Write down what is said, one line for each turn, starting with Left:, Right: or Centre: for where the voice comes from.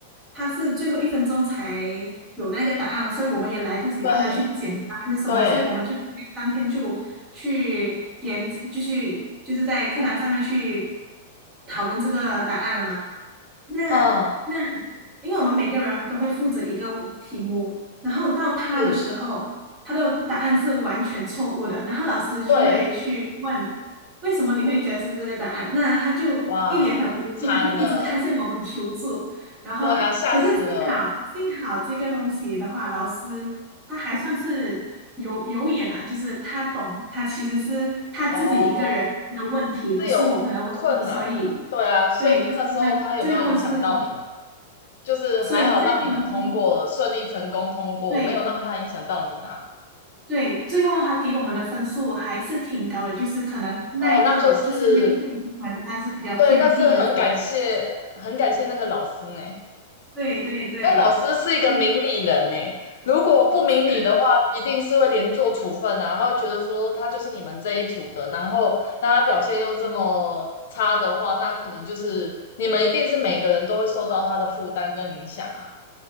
Right: 他是最后一分钟才有那个答案，所以我们也来不及帮他去简答还是什么，
Left: 对对，
Right: 所以我们就当天就去研，就是就是在课堂上面去讨论这个答案了嘛。那那，
Left: 嗯，
Right: 因为我们每个人都会负责一个题目，然后到他的时候，
Left: 是，
Right: 他的答案是完全错误的，然后老师就会去问为什么你会觉得是这个答案，
Left: 对，
Right: 那他就一脸很无辜，
Left: 哇，惨了，
Right: 他就一直看向我们求助，然后可是幸好幸好这个东西的话，
Left: 对啊，吓死了，
Right: 老师他还算是有有眼啊，就是他懂，他其实是他自己一个人的问题，
Left: 哦，
Right: 不是我们的问题，
Left: 是有困难呐、
Right: 所以。
Left: 对啊，所以那个时候他有没有影响到你们？
Right: 对，就是他最后是，
Left: 就是还好让你们通过了，
Right: 所以最后的分
Left: 顺利成功通过，
Right: 对
Left: 没有让他影响到你啦。
Right: 对，最后他给我们的分数还是挺高的，就是可能那个就是那个反正他是比较偏低的分数
Left: 哦，那就是。对，那是很感谢，很感谢那个老师呢。
Right: 对对对，
Left: 那老师是一个明理人呢，
Right: 嗯
Left: 如果不明理的话，
Right: 是，
Left: 一定是会连坐处分啊。他会觉得说他就是你们这一组的，然后那他表现又这么差的话，那可能就是你们一定是每个人都会受到他的负担跟影响啊。